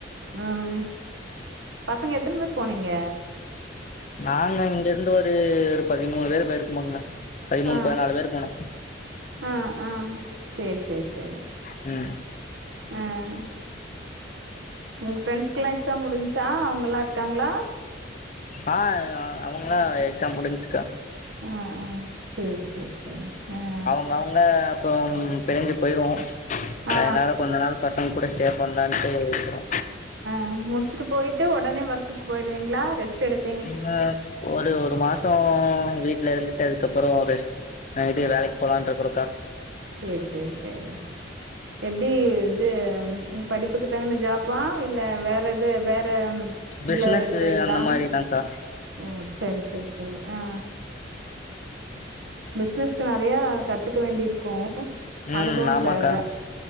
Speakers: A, on the right; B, on the left.
A: ம் ம் பசங்க எத்தன பேர் போனீங்க
B: நாங்க இங்க இருந்து ஒரு ஒரு பதிமூணு பேரு போயிருப்போங்கக்கா பதிமூணு
A: ஆ
B: பதுனாலு பேர் போனோம்
A: ஆ ஆ சேரி சேரி சேரி
B: ம்
A: அ அ உங்க ஃப்ரெண்ட்ஸ்க்குல்லா எக்ஸாம் முடிஞ்சுச்சா அவுங்கல்லா இருக்காங்களா
B: ஆ அவுங்கலா எக்ஸாம் முடிஞ்ச்சுக்கா
A: ஆ ஆ சேரி சேரி சேரி அ அ
B: அவுங்க அப்பறோ பிரிஞ்சு போய்ருவோம்
A: ஆ
B: அதுனால கொஞ்ச நாள் பசங்க கூட ஸ்டே பண்லான்ட்டு இருக்குறோ
A: அ முடிச்சுட்டு பொயிட்டு ஒடனே ஒர்க்குக்கு போயிர்வீங்களா ரெஸ்ட் எடுத்
B: ன்ன ஒரு ஒரு மாசோ வீட்ல இருந்துட்டு அதுக்கப்பறோ ரெஸ்ட் நைட்டே வேலைக்கு போலான்ட்டு இருக்குறோங்கா
A: சேரி சேரி சேரி எப்டி இது படிப்புக்கு தகுந்த ஜாப்பா இல்ல வேற எது வேற இதுல
B: பிசினஸ்
A: எடுக்குறீங்ளா
B: அந்த மாரிதான்க்கா
A: ஓ செரி செரி செரி அ ஆ பிசினஸ்க்கு நெறையா கத்துக்க வேண்டியிருக்கு
B: ம்
A: அனுபவோ
B: ஆமாக்கா
A: தேவ